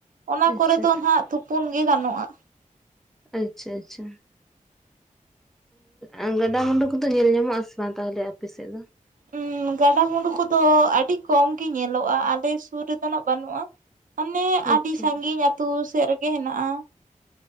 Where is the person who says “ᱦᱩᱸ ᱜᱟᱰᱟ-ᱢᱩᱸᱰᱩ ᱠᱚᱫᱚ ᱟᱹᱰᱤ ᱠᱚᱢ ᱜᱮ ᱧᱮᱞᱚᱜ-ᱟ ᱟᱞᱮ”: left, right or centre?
Right